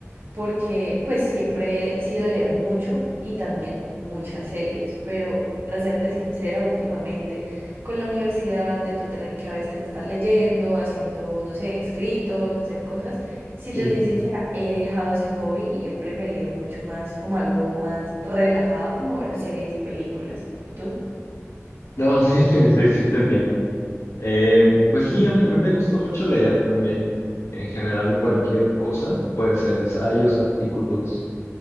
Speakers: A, on the right (about 50°); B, on the left (about 80°).
A: porque pues siempre he sido de leer mucho y también muchas series, pero para serte sincera, últimamente con la universidad de tú tener que a veces estar leyendo, haciendo, no sé, escritos, hacer cosas, si
B: Sí.
A: te soy sincera, he dejado ese hobby y he preferido mucho más como algo más relajado, como ver series y películas. ¿Y tú?
B: No, <laughs> sí, sí, sí te entiendo. Eh, pues sí, a mí, a mí me gusta mucho leer también. En general, cualquier cosa, puede ser ensayos, artículos.